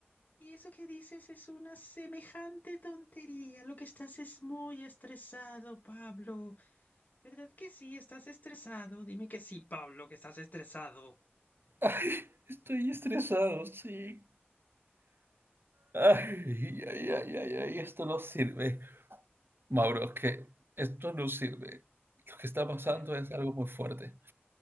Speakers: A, on the left; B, on the right.
A: Y eso que dices es una semejante tontería. Lo que estás es muy estresado, Pablo. ¿Verdad que sí? ¿Estás estresado? Dime que sí, Pablo, que estás estresado.
B: ay, estoy estresado, sí. Ay, ay, ay, ay, ay, esto no sirve. Mauro, que esto no sirve. Lo que está pasando
A: A ver.
B: es algo muy fuerte.